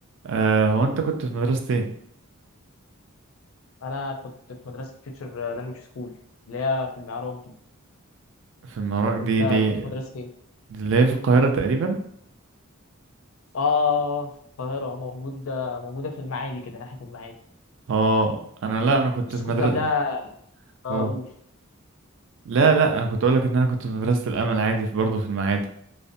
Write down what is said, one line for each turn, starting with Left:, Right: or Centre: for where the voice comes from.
Right: آه هو انت كنت في مدرسة ايه
Left: انا كنت في مدرسه فيوتشر لانجوج سكول اللي هي في المعراج دي
Right: في المراكش
Left: وانت
Right: دي دي
Left: كنت في مدرسه ايه
Right: دي اللي هي في القاهرة تقريبا
Left: اه في القاهره موجوده موجوده في المعادي كده ناحيه المعادي
Right: اه انا لا انا كنت
Left: بس
Right: في
Left: كنت
Right: مدرسة
Left: قبلها آه،
Right: هو
Left: اقول
Right: لا لا انا كنت اقولك ان انا كنت في مدرسة الامل عادي في برضه في المعادي